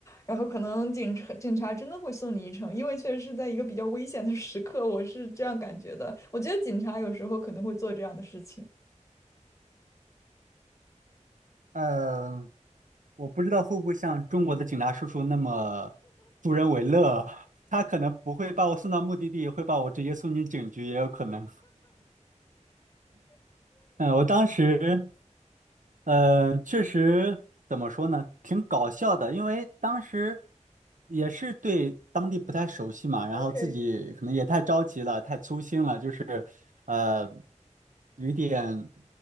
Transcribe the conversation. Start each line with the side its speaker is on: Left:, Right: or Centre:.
Left: 然后可能警察警察真的会送你一程，因为确实是在一个比较危险的时刻，我是这样感觉的。我觉得警察有时候可能会做这样的事情。
Right: 呃，我不知道会不会像中国的警察叔叔那么助人为乐，<laughs> 他可能不会把我送到目的地，会把我直接送进警局，也有可能。嗯，我当时，呃，确实怎么说呢，挺搞笑的，因为当时也是对当地不太熟悉嘛，然后自己可能也太着急了，
Left: OK
Right: 太粗心了，就是，呃，有一点